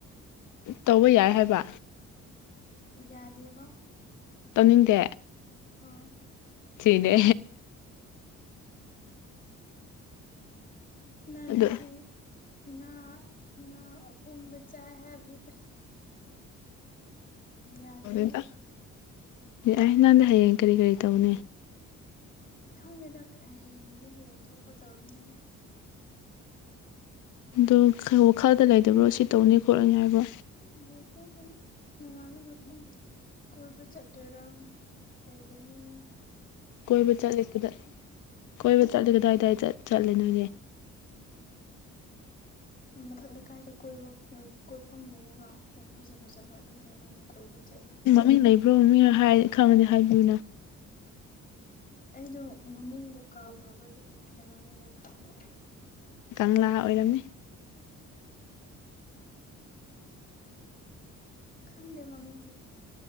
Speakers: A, on the left; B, on the left.
A: ꯇꯧꯕ ꯌꯥꯏ ꯍꯥꯏꯕ
B: ꯌꯥꯗꯦꯕ
A: ꯇꯧꯅꯤꯡꯗꯦ
B: ꯍꯣꯏ
A: ꯁꯤꯅꯦ
B: ꯅꯪ
A: ꯑꯗꯣ
B: ꯉꯥꯁꯤ ꯉꯥ ꯉꯥ ꯑꯄꯨꯝꯕ ꯆꯥꯏ ꯍꯥꯏꯕꯗꯣ ꯌꯥꯗ꯭ꯔꯦꯅꯦ
A: <unintelligible>
B: ꯈꯪꯗꯦꯗ ꯍꯌꯦꯡꯗꯤ ꯍꯌꯦꯡ ꯊꯣꯛꯄ ꯇꯧꯔꯅꯤꯗ
A: ꯑꯗꯣ ꯋꯥꯈꯜꯗ ꯂꯩꯗꯕ꯭ꯔꯣ ꯁꯤ ꯇꯧꯅꯤ ꯈꯣꯠꯂꯅꯤ ꯍꯥꯏꯕꯗꯣ
B: <unintelligible> ꯀꯣꯏꯕ ꯆꯠꯇꯣꯏꯔꯥ ꯀꯩꯗꯧꯅꯤꯅꯣ
A: ꯀꯣꯏꯕ ꯆꯠꯂꯤꯗꯨꯗ ꯀꯣꯏꯕ ꯆꯠꯂꯤ ꯀꯗꯥꯏꯗꯥꯏ ꯆꯠꯂꯦ ꯅꯣꯏꯗꯤ
B: ꯎ ꯃꯊꯪꯗꯤ ꯀꯥꯏꯗ ꯀꯣꯏꯕ ꯀꯣꯏꯐꯝ ꯂꯩꯌꯦꯕ ꯌꯥꯝ ꯐꯖꯕ ꯖꯕ ꯑꯗꯨꯗ ꯑꯣꯏꯅ ꯀꯣꯏꯕ ꯆꯠꯂꯦ
A: ꯃꯤ ꯂꯩꯕ꯭ꯔꯣ ꯃꯤꯅ ꯍꯥꯏ ꯈꯪꯉꯗꯤ ꯍꯥꯏꯕꯤꯌꯨꯅ
B: ꯑꯩꯗꯣ ꯃꯃꯤꯡꯗꯣ ꯀꯥꯎꯈꯔꯕꯗꯨꯒꯤꯅꯤꯗ ꯃꯃꯤꯡꯗꯣ ꯈꯪꯗꯕ
A: ꯀꯪꯂꯥ ꯑꯣꯏꯔꯝꯅꯤ
B: ꯈꯪꯗꯦ ꯃꯃꯤꯡꯗꯤ